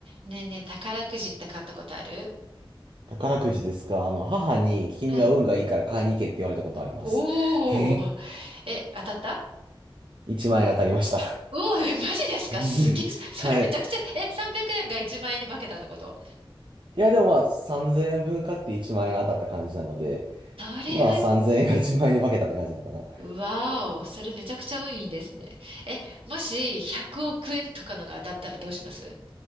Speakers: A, on the right; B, on the right.
A: ねえねえ、宝くじって買ったことある
B: 宝くじですか。あの、母に、君は運がいいから買いに行けって言われたことあります。
A: はい。おー。
B: <laughs>
A: え、当たった
B: 1万円当たりました。
A: うおー、えマジですかすげえ、
B: <laughs>
A: それめちゃくちゃ、
B: はい。
A: え、300円が1万円に化けたってこと
B: いや、でもまあ、3000円分買って1万円当たった感じなので、
A: それは、
B: まあ、3000円が1万円に化けたって感じなのかな。
A: わお、それめちゃくちゃ運いいですね。え、もし100億円とかのが当たったらどうします